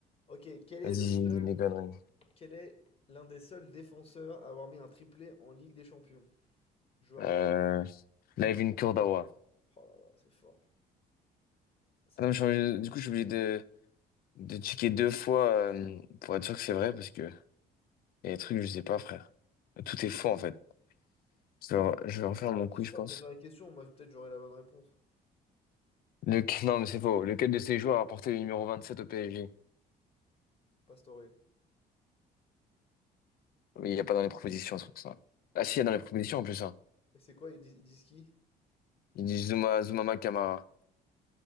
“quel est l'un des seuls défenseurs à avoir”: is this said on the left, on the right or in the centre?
Left